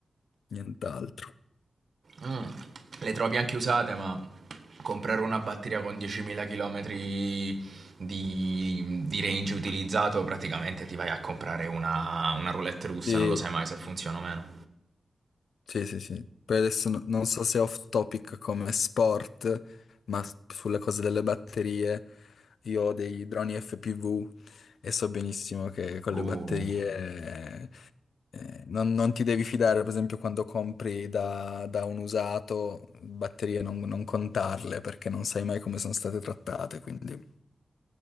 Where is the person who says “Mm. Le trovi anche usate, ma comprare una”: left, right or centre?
Right